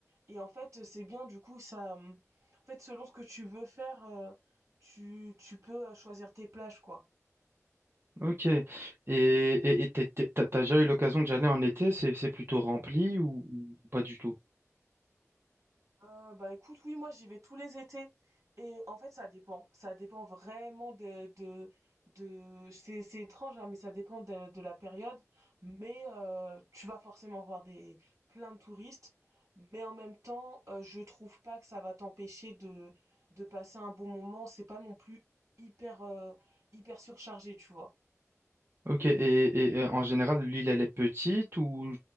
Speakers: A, on the right; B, on the right.
A: Et en fait, c'est bien, du coup, ça, hum, en fait, selon ce que tu veux faire, euh, tu, tu peux euh, choisir tes plages, quoi.
B: Ok. Et, et, et t'es- t'es- t'as t'as déjà eu l'occasion d'y aller en été? C'est, c'est plutôt rempli ou ou pas du tout?
A: Heu, bah, écoute, oui, moi, j'y vais tous les étés et en fait, ça dépend. Ça dépend vraiment de de de c'est c'est étrange, hein, mais ça dépend de de la période. Mais heu, tu vas forcément voir des plein de touristes, mais en même temps, heu, je trouve pas que ça va t'empêcher de de passer un bon moment. C'est pas non plus hyper, heu, hyper surchargé, tu vois?
B: Ok. Et, et, et en général, l'île, elle est petite ou,